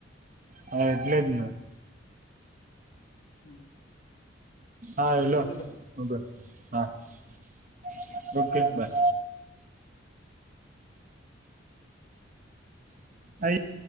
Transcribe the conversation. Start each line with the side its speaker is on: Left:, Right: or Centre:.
Right: હા, એટલે જ ને.
Left: હમ
Right: આર યુ લો
Left: બોલો
Right: <unintelligible> ઓકે
Left: ચલો
Right: બસ. <unintelligible>